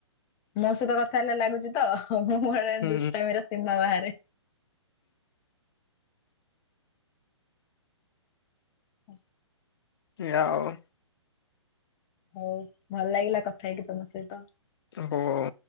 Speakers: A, on the left (about 25°); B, on the left (about 50°).
A: ମୋ ସହିତ କଥା ହେଲେ ଲାଗୁଛି ତ ମୁଁ ଗୋଟେ
B: ହୁଁ
A: ଦୁଷ୍ଟାମିର ସିମା ବାହାରେ। ଆଚ୍ଛା।
B: ଏଇଆ ଆଉ।
A: ହଉ ଭଲ ଲାଗିଲା କଥା ହେଇକି ତମ ସହିତ।
B: ଓହଃ।